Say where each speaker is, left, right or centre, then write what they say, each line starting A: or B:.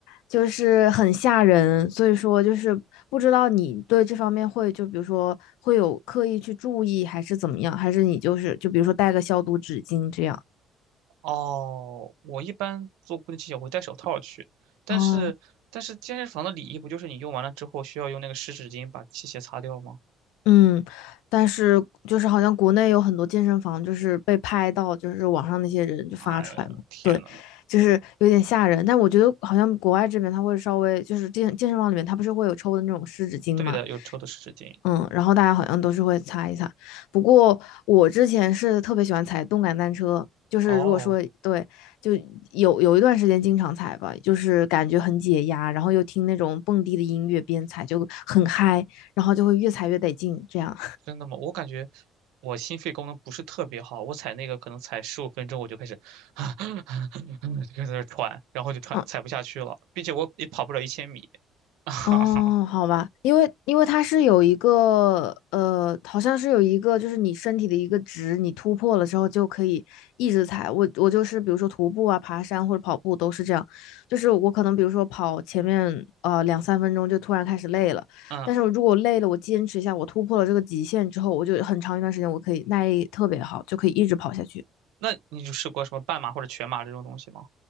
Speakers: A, on the left (about 85°); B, on the right (about 85°).
A: 就是很吓人。所以说，就是不知道你对这方面会就比如说会有刻意去注意，还是怎么样，还是你就是就比如说带个消毒纸巾这样。
B: 哦，我一般做固定器械我会戴手套去，但是但是健身房的礼仪不就是你用完了之后需要用那个湿纸巾把器械擦掉吗？
A: 哦嗯，但是就是好像国内有很多健身房，就是被拍到，就是网上那些人就发出来嘛，
B: 哎呀，天呐，
A: 对，就是有点吓人。但我觉得好像国外这边他会稍微就是健健身房里面他不是会有抽的那种湿纸巾嘛，
B: 对的，有抽的湿纸巾。
A: 嗯，然后大家好像都是会擦一擦。不过我之前是特别喜欢踩动感单车，就是如果说对，
B: 哦，
A: 就有有一段时间经常踩吧，就是感觉很解压，然后又听那种蹦迪的音乐边踩就很嗨，然后就会越踩越得劲这样。
B: 真的吗？我感觉我心肺功能不是特别好，我踩那个可能踩十五分钟我就开始 <laughs> 就开始在那儿喘，然后就喘踩不下去了，
A: 嗯
B: 并且我也跑不了一千米。<laughs>
A: 哦，好吧，因为因为它是有一个呃，好像是有一个就是你身体的一个值，你突破了之后就可以一直踩。我我就是比如说徒步啊、爬山或者跑步都是这样，就是我可能比如说跑前面呃两三分钟就突然开始累了，
B: 嗯，
A: 但是如果累了我坚持一下，我突破了这个极限之后，我就很长一段时间我可以耐力特别好，就可以一直跑下去。
B: 那你就试过什么半马或者全马这种东西吗？